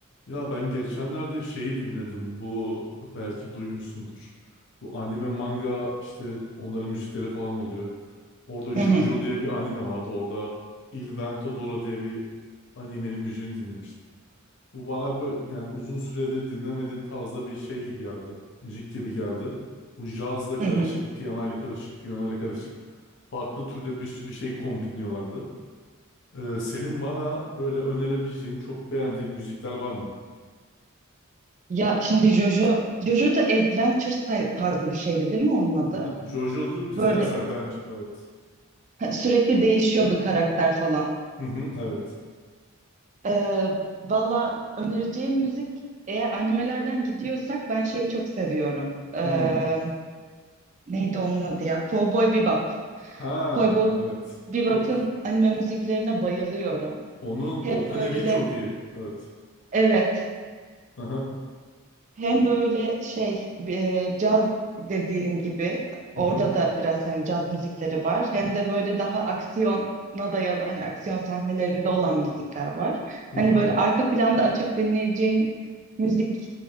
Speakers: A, on the left; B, on the right.
A: Ya ben geçenlerde şeyi dinledim. Bu belki duymuşsundur. Bu anime manga işte onların müzikleri falan oluyor. Orada JoJo
B: Hı hı,
A: diye bir anime vardı. Orada Il Vento diye bir animenin müziğini dinlemiştim. Bu bana bö- yani uzun süredir dinlemediğim tarzda bir şey gibi geldi. Müzik gibi geldi. Bu cazla
B: hı
A: karışık,
B: hı.
A: piyanoyla karışık, piyanoyla karışık farklı türde bir sürü şey kombinliyorlardı. Ee, senin bana böyle önerebileceğin çok beğendiğin müzikler var mı?
B: Ya şimdi Jojo, Jojo da adventure tay- tarzı bir şeydi değil mi onun
A: <laughs>
B: adı?
A: Aha, Jojo The Bizarre
B: Böyle
A: Adventure evet.
B: ha, sürekli değişiyordu karakter falan.
A: Hı hı, evet.
B: Ee, valla önereceğim müzik eğer animelerden gidiyorsak ben şeyi çok seviyorum. Ee,
A: Hı.
B: neydi onun adı ya? Cowboy Bebop.
A: Ha
B: Cowboy
A: evet.
B: Bebop'ın
A: O,
B: anime müziklerine bayılıyorum.
A: onun
B: Hem
A: opening'i
B: böyle
A: çok iyi. Evet.
B: evet
A: Hı hı.
B: Hem böyle şey e, caz dediğin gibi orada
A: Hı hı.
B: da biraz hani caz müzikleri var. Hem de böyle daha aksiyona dayalı hani aksiyon sahnelerinde olan müzikler var.
A: Hı
B: Hani
A: hı.
B: böyle arka planda açıp dinleyeceğin müzik